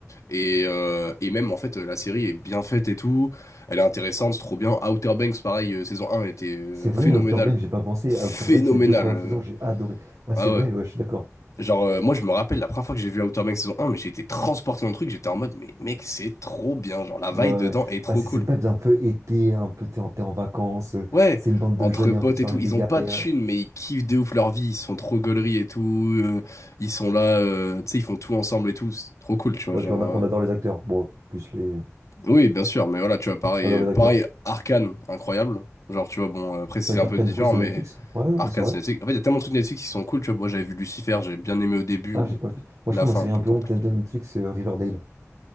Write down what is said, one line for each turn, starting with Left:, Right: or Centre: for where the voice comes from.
Left: et, euh, et même en fait la série est bien faite et tout elle est intéressante c'est trop bien Outer Banks pareil euh, saison un était euh,
Right: C'est vrai,
Left: phénoménale
Right: à Outer Banks, j'ai pas pensé.
Left: phénoménale
Right: À Outer Banks, les deux premières
Left: euh.
Right: saisons, j'ai adoré. Ouais,
Left: ah
Right: c'est vrai,
Left: ouais
Right: ouais, je suis d'accord.
Left: Genre, euh, moi, je me rappelle la première fois que j'ai vu Outer Banks saison un mais j'ai été transporté dans le truc. J'étais en mode, mais mec, c'est trop bien. Genre, la vibe
Right: Ouais, ouais.
Left: dedans est trop
Right: bah, c'est
Left: cool.
Right: cette vibe un peu été, un peu t'es en, t'es en vacances, euh,
Left: Ouais,
Right: c'est une bande
Left: entre
Right: de jeunes
Left: potes
Right: et en fait il
Left: et
Right: leur
Left: tout,
Right: arrive
Left: ils
Right: des galères.
Left: ont pas de thunes, mais ils kiffent de ouf leur vie. Ils sont trop gauleries et tout. euh, ils sont là, euh, tu sais, ils font tout ensemble et tout. C'est trop cool, tu vois.
Right: Ouais,
Left: Genre,
Right: puis on, a-
Left: euh,
Right: on adore les acteurs. Bon, plus les.
Left: oui, bien sûr, mais voilà, tu vois, pareil,
Right: On adore
Left: euh,
Right: les
Left: pareil,
Right: acteurs.
Left: Arcane, incroyable. Genre, tu vois, bon, euh, après, c'est
Right: C'est vrai
Left: un
Right: qu'Arcane,
Left: peu différent,
Right: du coup, c'est
Left: mais
Right: Netflix? Ouais, non,
Left: Arcane,
Right: mais c'est vrai.
Left: c'est Netflix. En fait, il y a tellement de trucs Netflix qui sont cool, tu vois. Moi, j'avais vu Lucifer, j'ai bien aimé au début,
Right: Ah,
Left: mais
Right: j'ai pas vu. Moi,
Left: la
Right: je crois
Left: fin,
Right: ma série
Left: un peu
Right: un peu
Left: compliquée.
Right: honte de Netflix, c'est euh, Riverdale.